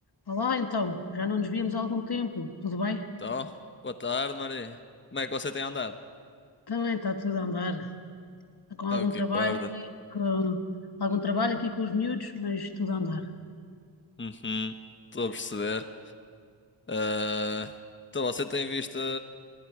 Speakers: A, on the left; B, on the left.
A: Olá, então, já não nos víamos há algum tempo, tudo bem?
B: Então, boa tarde, Maria. Como é que você tem andado?
A: Também está tudo a andar, Está com algum
B: É o que
A: trabalho
B: importa.
A: aqui, com algum trabalho aqui com os miúdos, mas tudo a andar.
B: Uhum, estou a perceber. Ah, então, você tem visto